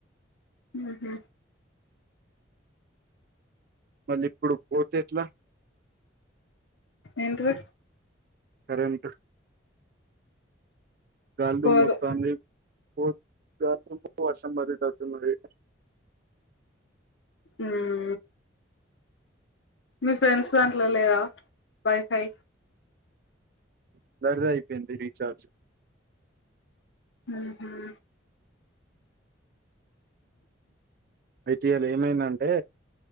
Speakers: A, on the left; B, on the right.
A: మ్ హు
B: మళ్ళీ ఇప్పుడు పోతే ఎట్లా?
A: ఏంటిది?
B: కరెంట్ గాలి
A: పోదు
B: మోస్తాంది పోతాది. రాత్రంతా వర్షం పడేటట్టు ఉన్నది.
A: మ్ మీ ఫ్రెండ్స్ దాంట్లో లేదా వైఫై
B: వారిది అయిపోయింది రీఛార్జ్
A: మ్మ్ఉమ్మ్
B: అయితే ఇయ్యాల ఏమైందంటే